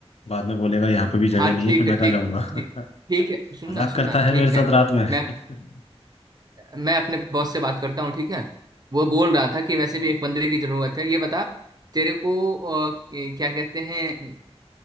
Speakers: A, on the left; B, on the right.
A: बाद में बोलेगा यहाँ पे भी जगह
B: हाँ
A: नहीं
B: ठीक
A: है फिर मैं
B: है ठीक
A: कहाँ जाऊंगा
B: ठीक
A: <laughs>
B: ठीक है सुनना
A: मजाक
B: सुनना
A: करता है
B: ठीक
A: मेरे साथ
B: है
A: रात में <laughs> हम्म,
B: मैं मैं अपने बॉस से बात करता हूँ ठीक है वो बोल रहा था कि वैसे भी एक बंदे की जरूरत है ये बता तेरे को अ, क्या कहते हैं